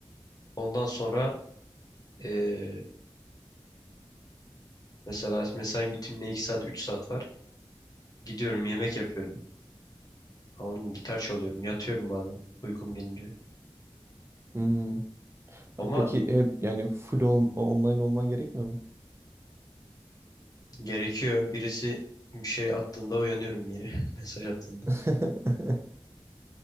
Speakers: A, on the left; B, on the right.
A: Ondan sonra eee, mesela mesain bitimine 2 saat 3 saat var. Gidiyorum yemek yapıyorum. Anladın mı? Gitar çalıyorum. Yatıyorum bazen uykum gelince.
B: Hmm.
A: Ama
B: Peki hep yani full on- online olman gerekmiyor mu?
A: gerekiyor. Birisi bir şey attığında uyanıyorum yeri. <laughs> Mesaj attığında.
B: <laughs>